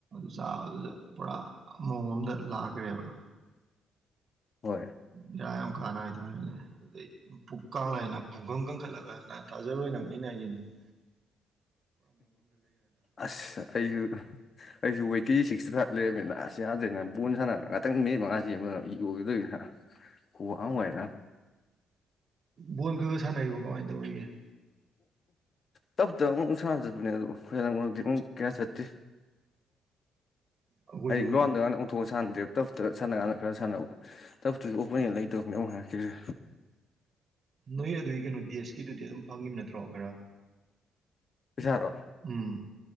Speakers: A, on the right (about 50°); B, on the left (about 45°).
A: ꯆꯥꯗ ꯄꯨꯔꯥ ꯃꯑꯣꯡ ꯑꯃꯝꯗ ꯂꯥꯛꯈ꯭ꯔꯦꯕ
B: ꯍꯣꯏ
A: ꯕꯤꯔꯥ ꯌꯥꯝ ꯀꯥꯟꯅ ꯍꯥꯏꯇꯥꯔꯦꯅꯦ ꯑꯗꯩ ꯄꯨꯛ ꯀꯥꯡꯂ ꯍꯥꯏꯅ ꯄꯥꯡꯈꯪ ꯀꯟꯈꯠꯂꯒꯅ ꯊꯥꯖꯔꯣꯏ ꯅꯪ ꯑꯩꯅ ꯍꯥꯏꯒꯤꯅꯦ <inaudible>
B: ꯑꯁ ꯑꯩꯁꯨ ꯑꯩꯁꯨ ꯤ ꯁꯤꯛꯁꯇꯤ ꯐꯥꯏꯚ ꯂꯩꯔꯕꯃꯤꯅ ꯑꯁ ꯌꯥꯗ꯭ꯔꯦꯅ ꯕꯜ ꯁꯥꯟꯅꯕꯅ ꯉꯥꯛꯇꯪ ꯃꯤꯅꯤꯠ ꯃꯉꯥꯥꯁꯦ ꯑꯃ ꯌꯣꯈꯤꯗꯣꯏꯅꯤꯅ ꯈꯨꯍ ꯋꯥꯅ
A: ꯕꯣꯜ ꯈꯔ ꯈꯔ ꯁꯥꯟꯅꯔꯤꯕꯣ ꯀꯃꯥꯏ ꯇꯧꯔꯤꯒꯦ
B: ꯇꯞ ꯇꯞ ꯑꯃꯨꯛ ꯁꯅ ꯆꯠꯄꯅꯦ ꯑꯗꯨ ꯍ ꯃꯔꯛꯇ ꯑꯃꯨꯛ ꯀꯌꯥ ꯆꯠꯇꯦ
A: ꯑꯩꯈꯣꯏꯁꯨ
B: ꯑꯩꯒ꯭ꯔꯣꯗ ꯎꯊꯣꯛ ꯁꯥꯟ ꯑꯞ ꯇꯞꯇ ꯁꯥꯟꯅ ꯀꯥꯟꯅ ꯈꯔ ꯁꯥꯟꯅꯕ ꯇꯞꯇꯨꯁꯨ ꯑꯣꯄꯅꯦꯟ ꯂꯩꯇꯕꯅꯦ ꯑꯃꯨꯛ ꯍꯥꯏꯔꯛꯈꯤꯁꯦ
A: ꯅꯣꯏ ꯑꯗꯨꯒꯤ ꯀꯩꯅꯣ ꯗꯦꯁꯀꯤꯗꯨꯗꯤ ꯑꯗꯨꯝ ꯐꯪꯉꯤꯕ ꯅꯠꯇ꯭ꯔꯣ ꯈꯔ
B: ꯄꯁꯔꯣ
A: ꯎꯝ